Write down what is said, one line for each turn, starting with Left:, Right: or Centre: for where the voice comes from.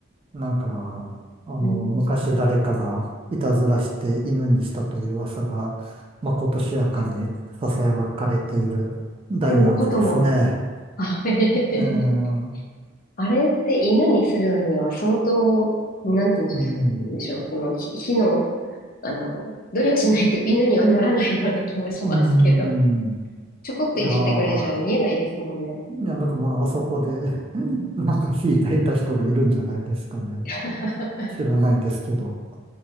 Right: なんか、あの、
Left: うん。
Right: 昔誰かがいたずらして犬にしたという噂が、まことしやかに囁かれている大文字ですね。
Left: そんなことも。<laughs> あ、へへへへ
Right: えー、
Left: あれって稲にするのには相当、なんて言うんでしょう、
Right: うん、
Left: でしょうその火火の、あの、努力しないと犬にはならないような気もしますけど、
Right: うん、
Left: ちょこっといじったぐらいじゃ見えないですもんね。
Right: いやー、いや、なんかまあ、あそこで <laughs> なんか引いていた人がいるんじゃないですかね。
Left: <laughs>
Right: 知らないですけど。